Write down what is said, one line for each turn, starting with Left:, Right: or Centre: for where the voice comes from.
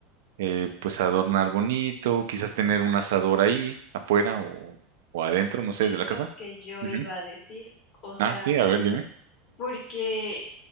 Right: eh, pues adornar bonito, quizás tener un asador ahí, afuera o, o adentro, no sé,
Left: Es
Right: de la
Left: lo
Right: casa.
Left: que yo
Right: Ujú.
Left: iba a decir. O sea,
Right: Ah, sí, a ver, dime.
Left: porque